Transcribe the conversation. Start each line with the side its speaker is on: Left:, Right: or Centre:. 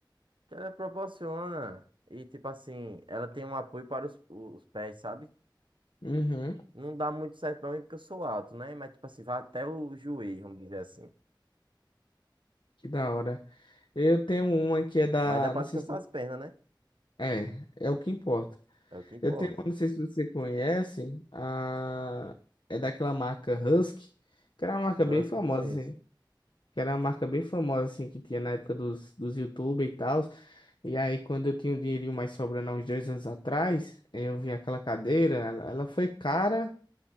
Right: Ela proporciona. E, tipo assim, ela tem um apoio para os, os pés, sabe?
Left: Uhum,
Right: Não dá muito certo pra mim porque eu sou alto, né? Mas, tipo assim, vai até o joelho, vamos dizer assim.
Left: que da hora. Eu tenho uma que é da.
Right: Mas dá pra
Left: Não
Right: descansar
Left: sei se. tu-
Right: as pernas, né?
Left: É, é o que importa.
Right: É o que importa.
Left: Eu tenho uma, não sei se você conhece. A... É daquela marca Husky, que era uma marca
Right: Husky
Left: bem famosa,
Right: eu conheço.
Left: assim. Que era uma marca bem famosa, assim, que tinha na época dos, dos YouTube e tal. E aí, quando eu tinha um dinheirinho mais sobrando há uns dois anos atrás, eu vi aquela cadeira. Ela, ela foi cara.